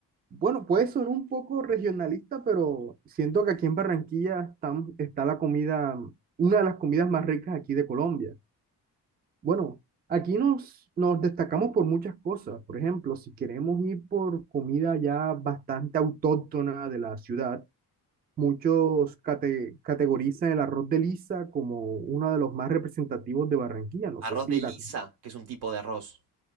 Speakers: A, on the right; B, on the right.
A: bueno, puede sonar un poco regionalista, pero siento que aquí en Barranquilla está, está la comida, una de las comidas más ricas aquí de Colombia. Bueno, aquí nos, nos destacamos por muchas cosas. Por ejemplo, si queremos ir por comida ya bastante autóctona de la ciudad, muchos cate- categorizan el arroz de lisa como uno de los más representativos de Barranquilla. No sé
B: Arroz
A: si,
B: de lisa,
A: la,
B: que es un tipo de arroz.